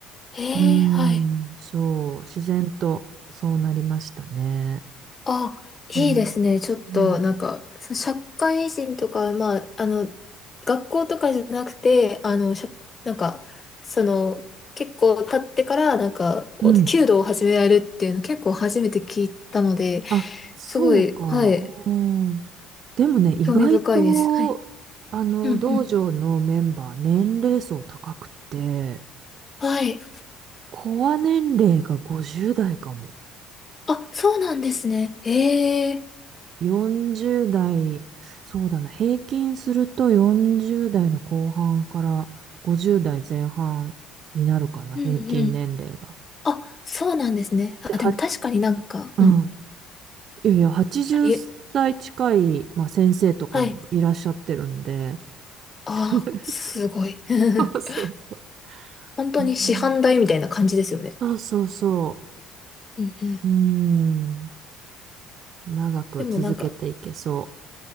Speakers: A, on the left; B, on the right.
A: えー、
B: うーん、
A: はい。
B: そう、自然とそうなりましたね。
A: あ、いいですね。
B: うん。
A: ちょっと、
B: うん。
A: なんか、そ社会人とか、まあ、あの、学校とかじゃなくて、あの、社なんか、その、結構経ってから、なんか、お弓道を始められるっていうの、
B: うん
A: 結構初めて聞いたので、
B: あ、そうか。
A: すごい、はい、
B: うん。でもね、意外と、
A: 興味深いです。はい。
B: あの、
A: うんうん。
B: 道場のメンバー、年齢層高くて、
A: はい。
B: コア年齢が50代かも。
A: あ、そうなんですね。へえ。
B: 40代、そうだな、平均すると40代の後半から50代前半になるかな、
A: うんうん。
B: 平均年齢が。
A: あ、そうなんですね。あ、
B: で、は、
A: でも確かになんか、
B: うん。
A: うん。
B: いやいや、80歳近い、
A: いえ、
B: まあ、先生とかもいらっしゃってるんで。
A: はい。ああ、
B: <laughs>
A: すごい。
B: そ
A: <laughs>
B: うそう。
A: 本当に市販代みたいな感じですよね。
B: うんそうそうそ
A: うんうん。
B: う。うん。長く続けていけそ
A: でもなんか、